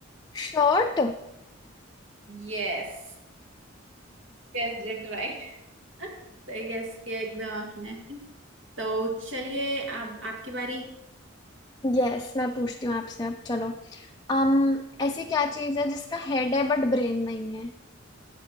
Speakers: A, on the left (about 20°); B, on the right (about 65°).
A: शॉर्ट
B: यस Guess it right <laughs> सही गेस किया एकदम आपने तो चलिए अब आपकी बारी
A: यस <laughs> मैं पूछती हूँ आपसे अब चलो अम ऐसी क्या चीज है जिसका हेड है बट ब्रेन नहीं है